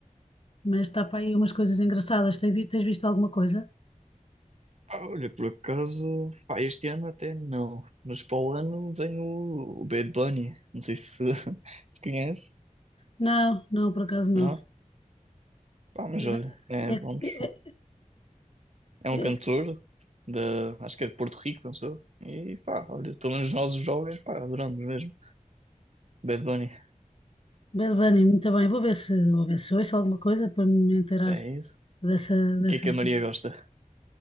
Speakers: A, on the left; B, on the right.
A: mas está para aí umas coisas engraçadas. Tens visto, tens visto alguma coisa?
B: Pá, olha, por acaso, pá, este ano até não, mas para o ano vem o, o Bad Bunny, não sei se, <laughs> se conhece,
A: Não, não, por acaso não.
B: não? Pá, mas
A: É,
B: olha, é,
A: é, é,
B: vamos,
A: é, que-
B: é um
A: é-
B: cantor
A: que-
B: de, acho que é de Porto Rico, não sou? E pá, olha, pelo menos nós os jovens, pá, adoramos mesmo. Bad Bunny,
A: Bad Bunny, muito bem. Vou ver se, vou ver se ouço alguma coisa para me inteirar.
B: é isso.
A: dessa,
B: E
A: dessas
B: O que é que a Maria
A: músicas.
B: gosta?